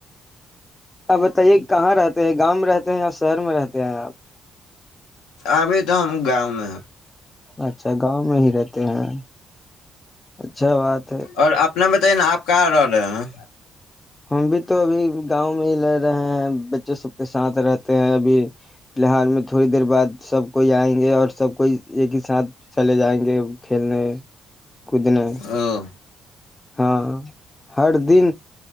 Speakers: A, on the left; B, on the left.
A: آپ بتائیے کہاں رہتے ہیں گاؤں میں رہتے ہیں یا شہر میں رہتے ہیں آپ
B: ابھی تو ہم گاؤں میں
A: اچھا گاؤں میں ہی رہتے ہیں اچھا بات <unintelligible>
B: اور اپنا بتائیے نا آپ کہاں رہ رہے ہیں
A: ہم بھی تو ابھی گاؤں میں ہی ل رہے ہیں بچے سب کے ساتھ رہتے ہیں ابھی فی الحال میں تھوڑی دیر بعد سب کوئی آئیں گے اور سب کوئی ایک ہی ساتھ چلے جائیں گے کھیلنے کودنا <unintelligible>
B: او
A: ہاں ہر دن